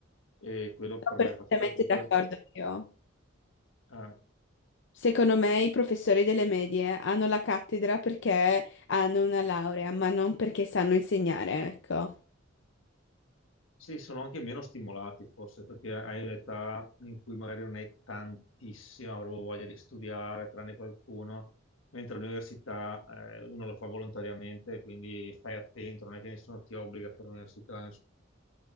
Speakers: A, on the left (about 80°); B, on the left (about 65°).
A: E quello
B: Sono
A: per
B: perfettamente
A: me fa tutta, tutta
B: d'accordo
A: la-
B: io.
A: eh,
B: Secondo me i professori delle medie hanno la cattedra perché hanno una laurea, ma non perché sanno insegnare, ecco.
A: Sì, sono anche meno stimolati forse perché hai un'età in cui magari non hai tantissima proprio voglia di studiare, tranne qualcuno, mentre all'università eh, uno lo fa volontariamente, quindi stai attento, non è che nessuno ti obbliga a fare l'università,